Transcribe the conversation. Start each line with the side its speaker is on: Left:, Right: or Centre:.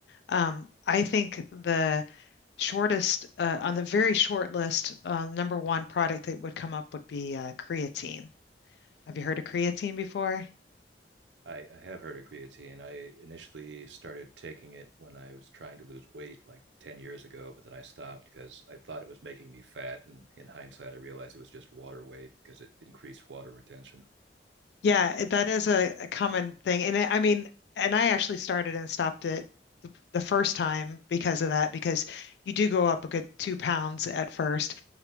Left: Um, I think the shortest uh, on the very short list, uh, number one product that would come up would be uh, creatine. Have you heard of creatine before?
Right: I, I have heard of creatine. I initially started taking it when I was trying to lose weight like 10 years ago, but then I stopped because I thought it was making me fat. And in hindsight, I realized it was just water weight because it increased water retention.
Left: Yeah, it- that is a, a common thing. And I I mean, and I actually started and stopped it the, the first time because of that, because you do go up a good two pounds at first.